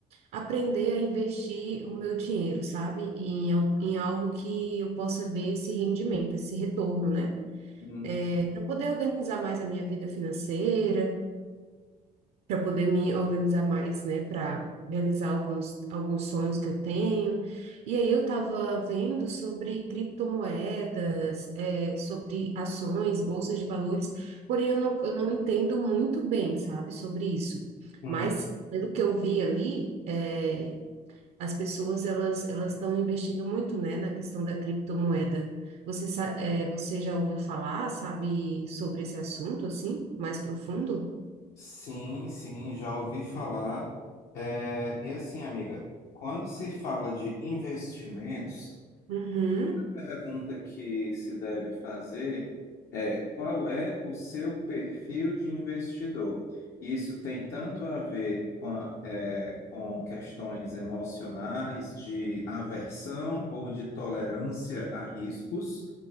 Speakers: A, on the right; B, on the left.
A: aprender a investir o meu dinheiro, sabe? Em, al- em algo que eu possa ver esse rendimento, esse retorno, né?
B: Hum,
A: É, para poder organizar mais a minha vida financeira. para poder me organizar mais, né, para realizar alguns, alguns sonhos que eu tenho. E aí eu estava vendo sobre criptomoedas, é, sobre ações, bolsas de valores, porém eu não, eu não entendo muito bem, sabe, sobre isso.
B: hum.
A: Mas pelo que eu vi ali, é, as pessoas elas elas estão investindo muito, né, na questão da criptomoeda. Você, sa- é, você já ouviu falar, sabe, sobre esse assunto assim, mais profundo?
B: Sim, sim, já ouvi falar. É, e assim, amiga, quando se fala de investimentos,
A: Uhum.
B: pergunta que se deve fazer é qual é o seu perfil de investidor? Isso tem tanto a ver com, a- é, com questões emocionais, de aversão ou de tolerância a riscos,